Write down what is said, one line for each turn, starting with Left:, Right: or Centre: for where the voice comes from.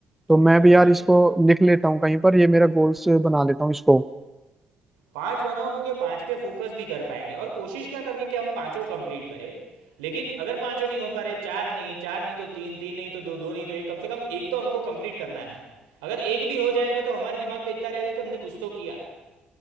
Centre: तो मैं
Right: हाँ
Centre: भी
Right: भाई
Centre: यार इसको लिख लेता हूँ कहीं पर ये मेरा गोल्स बना लेता हूँ इसको
Right: पांच बनाओ क्योंकि पांच पे फोकस भी कर पाएंगे और कोशिश क्या करनी है कि हम पांचों कंप्लीट करें लेकिन अगर पांचों नहीं हो पा रहे चार नहीं चार नहीं तो तीन तीन नहीं तो दो दो नहीं तो एक कम से कम एक तो हमको कंप्लीट करना है अगर एक भी हो जाएगा तो हमारे दिमाग में इतना रहेगा कि हमने कुछ तो किया